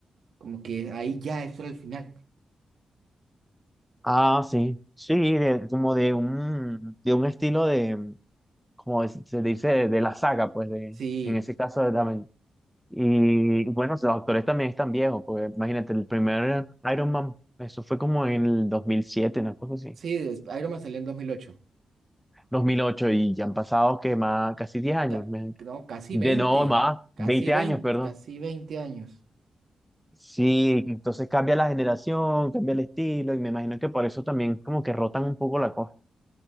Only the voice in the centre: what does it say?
Ah, sí. Sí, de- como de un, de un estilo de, como es- se dice, de, de la saga, pues, de,
en ese caso de Damen. Y bueno, los actores también están viejos, porque imagínate, el primer Iron Man, eso fue como en el 2007 una cosa así.
dos mil ocho y ya han pasado que más, casi 10 años,
me-
de
no más,
20
años, perdón.
Sí, entonces cambia la generación, cambia el estilo y me imagino que por eso también como que rotan un poco la cosa.